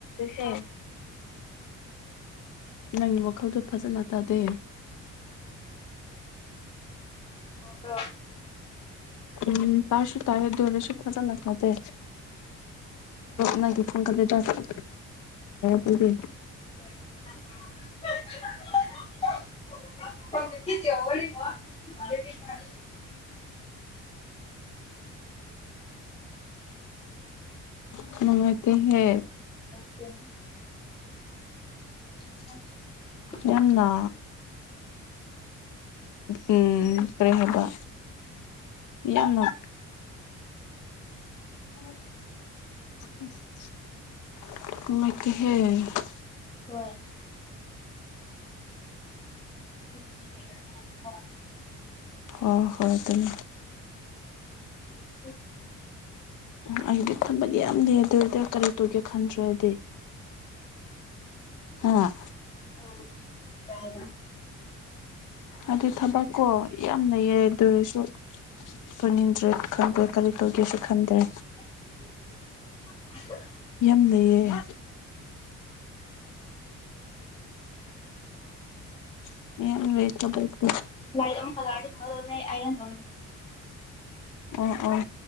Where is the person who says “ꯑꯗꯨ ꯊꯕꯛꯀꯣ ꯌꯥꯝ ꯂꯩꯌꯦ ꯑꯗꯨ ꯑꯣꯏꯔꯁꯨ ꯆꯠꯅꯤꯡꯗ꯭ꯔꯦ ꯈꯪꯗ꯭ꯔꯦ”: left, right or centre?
Left